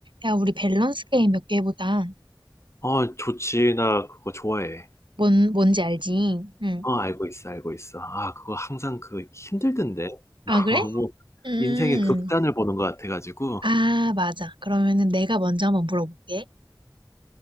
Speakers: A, on the right (about 75°); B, on the left (about 35°).
A: 야, 우리 밸런스 게임 몇 개 해보자.
B: 어, 좋지. 나 그거 좋아해.
A: 뭔, 뭔지 알지? 응.
B: 어, 알고 있어, 알고 있어. 아, 그거 항상 그 힘들던데. <laughs>
A: 아, 그래?
B: 너무
A: 음.
B: 인생의 극단을 보는 것 같아가지고.
A: 아, 맞아. 그러면은 내가 먼저 한번 물어볼게.